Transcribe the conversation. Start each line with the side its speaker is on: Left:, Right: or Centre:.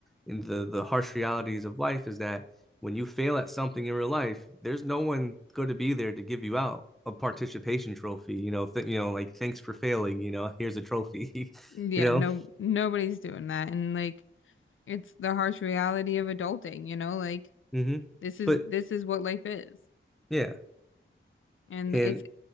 Centre: in the the harsh realities of life is that when you fail at something in real life, there's no one going to be there to give you out a participation trophy. You know, th- you know, like thanks for failing. You know, <laughs> here's a trophy. <laughs> you
Left: Yeah.
Centre: know,
Left: No, nobody's doing that. And like, it's the harsh reality of adulting, you know? Like,
Centre: mm-hmm.
Left: this is
Centre: but
Left: this is what life is.
Centre: yeah,
Left: And
Centre: and
Left: it's